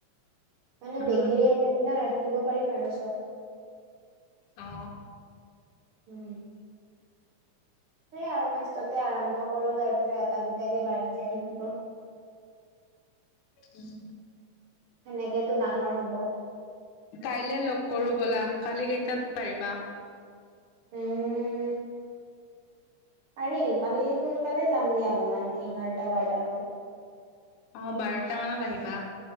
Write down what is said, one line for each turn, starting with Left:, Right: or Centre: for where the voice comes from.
Right: মানে
Left: উম
Right: বেকাৰী আইটেম বিলাক ৰাখিব পাৰিম আৰু চব
Left: অ
Right: উম সেয়া আৰু ফাষ্টতে আৰম্ভ কৰোঁ তাৰ পিছত এটা দুটাকে বাঢ়ি যায় থাকিব
Left: উম
Right: সেনেকেতো ডাঙৰ হব
Left: কাইলে লগ কৰোঁ ব'লা কালি কেইটাত পাৰিবা
Right: উম পাৰি কালি সোনকালে যাম দিয়া অলপমান এঘাৰটা বাৰটা মানত
Left: অহ বাৰটা মানত আহিবা